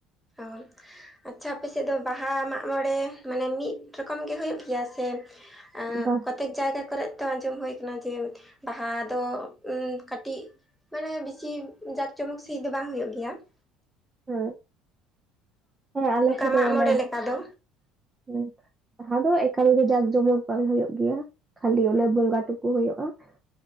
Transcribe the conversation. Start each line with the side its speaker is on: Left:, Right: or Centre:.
Centre: ᱚᱞᱼᱼ ᱟᱪᱪᱷᱟ ᱟᱯᱮ ᱥᱮᱫ ᱫᱚ ᱵᱟᱦᱟ ᱢᱟᱜ ᱢᱚᱬᱮ ᱢᱟᱱᱮ ᱢᱤᱫ ᱨᱚᱠᱚᱢ ᱜᱮ ᱦᱩᱭᱩᱜ ᱜᱮᱭᱟ ᱥᱮᱼᱼ ᱟᱸ
Right: ᱵᱟᱝ
Centre: ᱠᱚᱛᱮᱠ ᱡᱟᱭᱜᱟ ᱠᱚᱨᱮ ᱛᱚ ᱟᱸᱡᱚᱢ ᱦᱩᱭ ᱠᱟᱱᱟ ᱡᱮ ᱵᱟᱦᱟ ᱫᱚ ᱠᱟᱹᱴᱤᱡᱼᱼ ᱢᱟᱱᱮ ᱵᱤᱥᱤ ᱡᱟᱠ ᱡᱚᱢᱚᱠ ᱥᱟᱹᱦᱤᱡ ᱫᱚ ᱵᱟᱝ ᱦᱩᱭᱩᱜ ᱜᱮᱭᱟ ᱾
Right: ᱦᱩᱸ ᱦᱮᱸ ᱟᱞᱮ
Centre: ᱚᱱᱠᱟ
Right: ᱴᱷᱮ ᱫᱚ
Centre: ᱢᱟᱜ
Right: ᱚᱱᱟᱼᱼ
Centre: ᱢᱚᱬᱮ ᱞᱮᱠᱟ ᱫᱚ
Right: <unintelligible> ᱵᱟᱦᱟᱸ ᱫᱚ ᱮᱠᱟᱞ ᱜᱮ ᱡᱟᱸᱠ ᱡᱚᱢᱚᱠ ᱵᱟᱝ ᱦᱩᱭᱩᱜ ᱜᱮᱭᱟ ᱠᱷᱟᱹᱞᱤ ᱚᱱᱟ ᱵᱚᱸᱜᱟ ᱴᱩᱠᱩ ᱦᱩᱭᱩᱜᱼᱟ ᱾